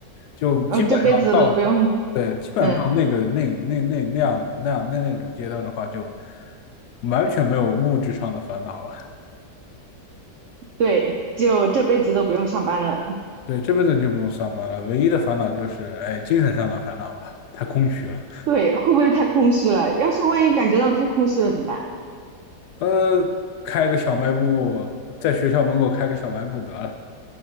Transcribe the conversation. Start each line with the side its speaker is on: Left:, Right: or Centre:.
Left: 就基本上到。
Right: 然后这辈子都不用，
Left: 对，基本上到那个那那那那样那样那那种阶段的话，
Right: 嗯，
Left: 就完全没有物质上的烦恼了。
Right: 对，就这辈子都不用上班了。
Left: 对，这辈子就不用上班了，唯一的烦恼就是，哎，精神上的烦恼吧，太空虚了。
Right: 对，会不会太空虚了？要是万一感觉到太空虚了怎么办？
Left: 呃，开个小卖部，在学校门口开个小卖部得了，